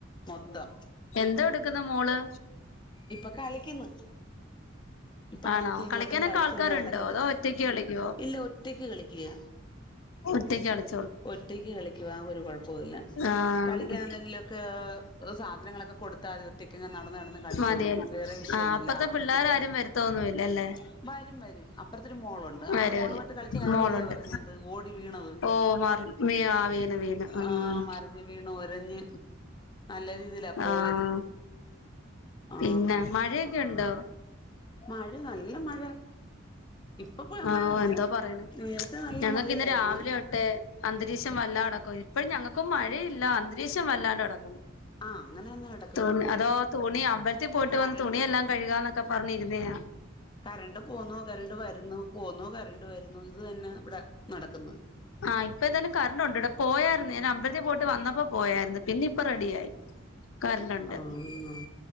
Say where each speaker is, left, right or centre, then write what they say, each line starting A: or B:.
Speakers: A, on the left (about 20°); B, on the left (about 80°).
A: മൊത്തം
B: എന്താ എടുക്കുന്ന മോള്
A: ഇപ്പൊ കളിക്കുന്നു ഇപ്പ അങ്ങോട്ടും
B: ആണോ
A: ഇങ്ങോട്ടും
B: കളിക്കാനൊക്കെ
A: കളിച്ചൊും
B: ആൾക്കാരുണ്ടോ
A: നടക്കുന്നു
B: അതോ ഒറ്റക്ക് കളിക്കുവോ
A: ഇല്ല ഒറ്റക്ക് കളിക്കുക
B: ഒറ്റക്കോ
A: ഒറ്റക്ക് കളിക്കവാൻ ഒരു കുഴപ്പവില്ല
B: ആഹ്
A: കളിക്കാൻ എന്തെങ്കിലുമൊക്കെ സാധനങ്ങളൊക്കെ കൊടുത്താ നടന്ന് നടന്നു കളിച്ചോളും
B: മതിയല്ലോ
A: വേറെ വിഷയം
B: ആഹ്
A: ഒന്നുംല്ല
B: അപ്പറത്തെ പിള്ളേരാരും
A: അങ്ങനന്നരരും
B: വരുത്തൊന്നുല്ലല്ലേ
A: അ ഒരു മോളുണ്ട്
B: വരൂല്ല
A: ആ മോള് പട്ട് കളിച്ച കാര്യമല്ലേ
B: മോളുണ്ട്
A: പറഞ്ഞത് ഓടി വീണത്
B: ഓ മറി വീ ആ വീണ് വീണ് ആഹ്
A: ആ മറിഞ്ഞ് വീണു ഒരഞ്ഞ് നല്ല രീതിയിലാ പോയത്
B: ആഹ്
A: ആ
B: പിന്നെ മഴയൊക്കെ ഉണ്ടോ
A: മഴ നല്ല മഴ ഇപ്പൊ പോ
B: ആ
A: മഴയില്ല
B: എന്തോ പറയണ
A: നേരത്തെ നല്ല
B: ഞങ്ങൾക്ക്ന്ന്
A: മഴയായിരുന്നു
B: രാവിലെ തോട്ടെ അന്തരീക്ഷം വല്ല അടക്ക ഇപ്പോഴ ഞങ്ങൾക്ക് മഴയില്ല അന്തരീക്ഷം വല്ലാണ്ട് നടക്കുന്നു
A: ആ അങ്ങനെ തന്നെ കിടക്കുന്നു
B: തുണി
A: ഇവിടെ
B: അതോ തുണി അവിടത്തി പോയിട്ട്
A: കരണ്ട്
B: വന്ന് തുണിയെല്ലാം കഴുകാന്നൊക്കെ പറഞ്ഞിരുന്നയ
A: കരണ്ട് പോന്നോ കരണ്ട് വരുന്നു പോന്നോ കരണ്ട് വരുന്നു ഇത് തന്നെ ഇവിടെ നടക്കുന്നത്
B: ആഹ് ഇപ്പൊ ഏതായാലും കറണ്ട് ഉണ്ട് ഇവിടെ പോയായിരുന്നു ഞാൻ അമ്പലത്തിൽ പോയിട്ട് വന്നപ്പോ പോയായിരുന്നു പിന്ന റെഡ ആയി ക ഉണ്ട്
A: ആഹ്